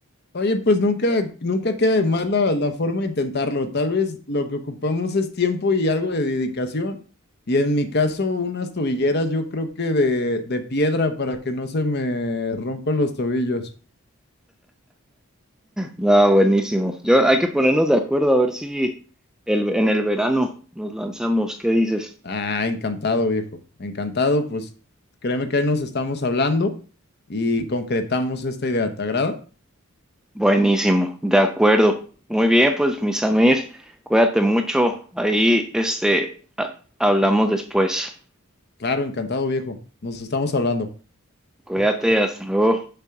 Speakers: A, on the left (about 50°); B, in the centre.
A: Oye, pues nunca, nunca queda de más la, la forma de intentarlo. Tal vez lo que ocupamos es tiempo y algo de dedicación. Y en mi caso, unas tobilleras, yo creo que de, de piedra para que no se me rompan los tobillos.
B: No, buenísimo. Yo, hay que ponernos de acuerdo a ver si el, en el verano nos lanzamos. ¿Qué dices?
A: Ah, encantado, viejo. Encantado, pues créeme que ahí nos estamos hablando y concretamos esta idea. ¿Te agrada?
B: Buenísimo, de acuerdo. Muy bien, pues mi Samir, cuídate mucho. Ahí, este, ha- hablamos después.
A: Claro, encantado, viejo. Nos estamos hablando.
B: Cuídate, hasta luego.